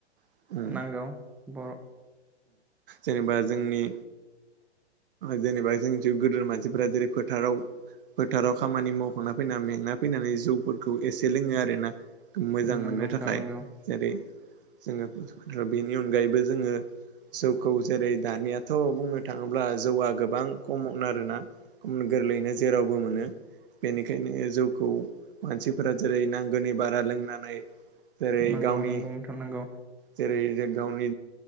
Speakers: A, on the right; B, in the centre.
A: औ
B: नोंगौ बर'
A: जेनेबा जोंनि जेनेबा जोंनिथि गोदोर मानसिफोरा जेरै फोथाराव फोथाराव खामानि मावखांना फैना मेंना फैनानै जौफोरखौ एसे लोङो आरोना। मोजां
B: नंगौ
A: मोननो
B: नोंथां
A: थाखाय
B: नंगौ
A: जेरै जोङो बेनि अनगायैबो जोङो जौखौ जेरै दानियाथ' बुंनो थाङो ब्ला जौआ गोबां खमावनो आरोना गोरलैयैनो जेरावबो मोनो। बेनिखायनो जौखौ मानसिफोरा जेरै नांगौनि बारा लोंनानै जेरै
B: नंगौ
A: गावनि
B: नंगौ नोंथां नंगौ
A: जेरै गावनि